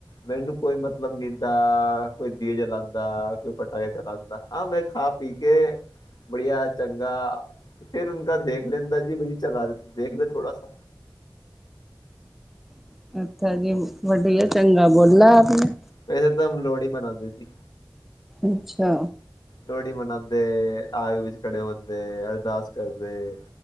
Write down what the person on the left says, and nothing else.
ਮੈਨੂੰ? ਕੋਈ ਮਤਲਬ ਨੀਂਦਾ, ਕੋਈ ਦੀਵੇ ਜਲਾਉਂਦਾ, ਕੋਈ ਪਟਾਕੇ ਚਲਾਉਂਦਾ ਆਹ ਮੈਂ ਖਾ ਪੀ ਕੇ ਬੜੀਆ। ਚੰਗਾ ਫਿਰ ਉਣਕਾ ਦੇਖ ਲੈਂਦਾ ਜੀ ਬਈ ਚਲਾ ਦੇਖ ਲੇ ਥੋੜਾ ਸ।
ਵੈਸੇ ਤਾਂ ਹਮ ਲੋਹੜੀ ਮਨਾਦੇ ਜੀ?
ਲੋਹੜੀ ਮਨਾਉਦੇ ਆਗ ਵਿੱਚ ਖੜੇ ਹੁੰਦੇ ਅਰਦਾਸ ਕਰਦੇ